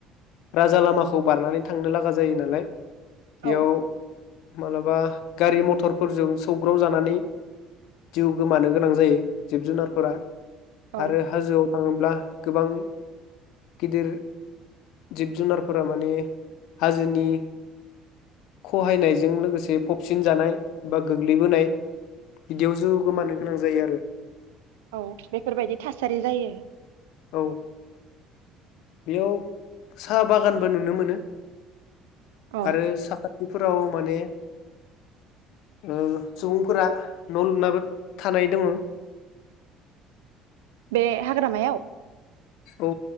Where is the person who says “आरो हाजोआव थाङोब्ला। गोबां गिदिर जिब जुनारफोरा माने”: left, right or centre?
Left